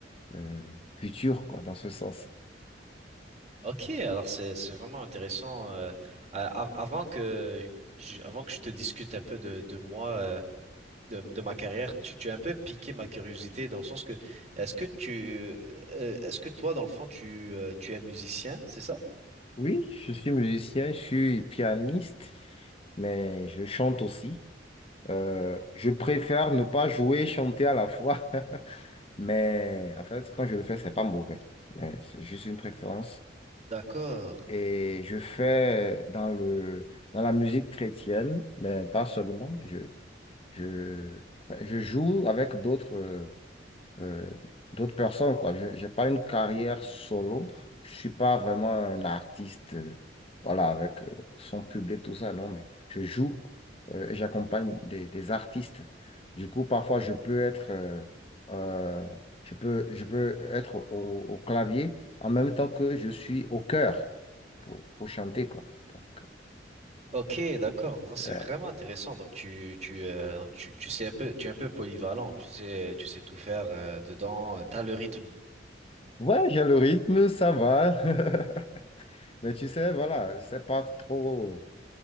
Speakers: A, on the left (about 30°); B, on the right (about 35°).
A: euh, futurs quoi, dans ce sens.
B: Ok, alors c'est c'est vraiment intéressant. euh, a- a- avant que je, avant que je te discute un peu de, de moi, euh, de, de ma carrière, tu, tu as un peu piqué ma curiosité dans le sens que est-ce que tu euh, euh, est-ce que toi dans le fond tu euh, tu es musicien, c'est ça?
A: Oui, je suis musicien, je suis pianiste, mais je chante aussi. Euh, je préfère ne pas jouer et chanter à la fois, <laughs> mais en fait, quand je le fais, c'est pas mauvais. Mais c'est juste une préférence.
B: D'accord.
A: Et je fais dans le, dans la musique chrétienne, mais pas seulement. Je, je, enfin, je joue avec d'autres. euh, euh, d'autres personnes, quoi. Je n'ai pas une carrière solo. Je suis pas vraiment un artiste, euh, voilà, avec euh, son public, tout ça, non, mais je joue euh, et j'accompagne des, des artistes. Du coup, parfois, je peux être, euh, euh, je peux, je peux être au, au clavier en même temps que je suis au cœur pour, pour chanter, quoi. Donc,
B: Ok, d'accord. Non, C'est
A: euh,
B: vraiment intéressant. Donc tu tu, euh, donc tu tu sais un peu tu es un peu polyvalent. Tu sais tu sais tout faire euh, dedans. euh, T'as le rythme.
A: ouais, j'ai le rythme, ça va. <laughs> Mais tu sais, voilà, c'est pas trop.